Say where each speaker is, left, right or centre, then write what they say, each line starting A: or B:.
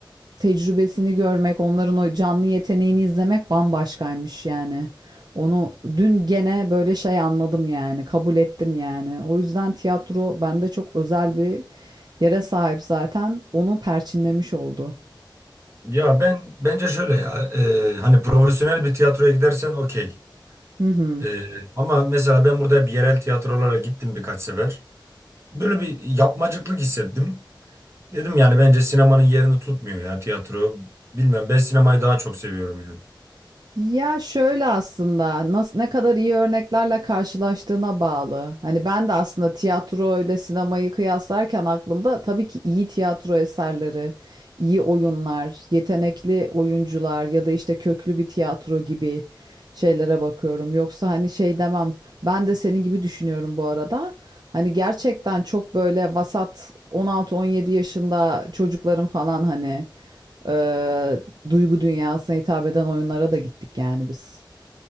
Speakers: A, on the right; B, on the right.
A: tecrübesini görmek, onların o canlı yeteneğini izlemek bambaşkaymış yani. Onu dün gene böyle şey anladım yani, kabul ettim yani. O yüzden tiyatro bende çok özel bir yere sahip zaten. Onu perçinlemiş oldu.
B: Ya ben bence şöyle ya e, hani profesyonel bir tiyatroya gidersen okey.
A: Hı hı.
B: E, ama mesela ben burada bir yerel tiyatrolara gittim birkaç sefer. Böyle bir yapmacıklık hissettim. Dedim yani bence sinemanın yerini tutmuyor ya tiyatro. Bilmem ben sinemayı daha çok seviyorum yani.
A: Ya şöyle aslında nasıl ne kadar iyi örneklerle karşılaştığına bağlı. Hani ben de aslında tiyatro ile sinemayı kıyaslarken aklımda tabii ki iyi tiyatro eserleri, iyi oyunlar, yetenekli oyuncular ya da işte köklü bir tiyatro gibi şeylere bakıyorum. Yoksa hani şey demem. Ben de senin gibi düşünüyorum bu arada. Hani gerçekten çok böyle vasat 16-17 yaşında çocukların falan hani eee, duygu dünyasına hitap eden oyunlara da gittik yani biz.